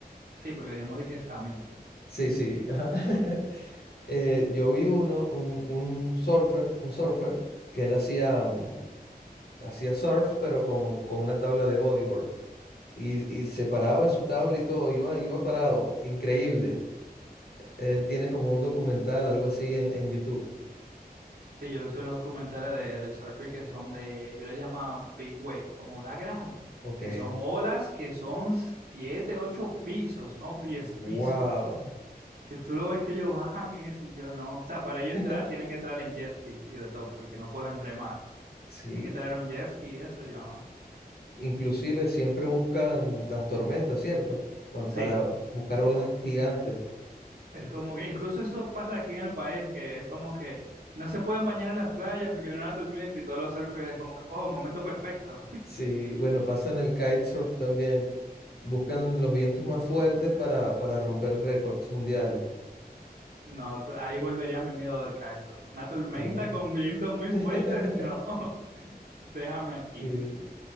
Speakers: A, on the right (about 60°); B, on the left (about 70°).
A: Sí, porque dijimos de que estamina.
B: Sí, sí. ajá. <laughs> Eh, yo vi uno, un, un surfer, un surfer, que él hacía, mm, hacía surf, pero con, con una tabla de bodyboard. Y, y se paraba en su tabla y todo, iba, iba parado, increíble. Él tiene como un documental, algo así en, en YouTube.
A: Sí, yo he visto unos documentales de, de surfing que son de, yo les llamo big wave, como olas grandes,
B: Ok,
A: que son olas que son siete, ocho pisos, no pies,
B: wow.
A: pisos, que tú lo ves que ellos bajan eso y yo no. O sea, para ellos
B: <laughs>
A: entrar tienen que entrar en jet ski y de todo, porque no pueden remar.
B: Sí,
A: Tienen que traer un jet ski y eso yo.
B: Inclusive siempre buscan las tormentas, ¿cierto? Cuan-
A: Sí,
B: Para buscar olas gigantes.
A: es como que, incluso eso pasa aquí en el país, que es como que no se pueden bañar en las playas porque vino la tormenta y todos los surfers es como que, oh, momento perfecto
B: Sí, bueno, pasa en el kitesurf también. Buscan los vientos más fuertes para, para romper récords mundiales.
A: No, tú- ahí volvería mi miedo del Kaiser. Una tormenta
B: Sí.
A: con vientos muy
B: <laughs>
A: fuertes, no. <laughs> Déjame aquí.
B: Y-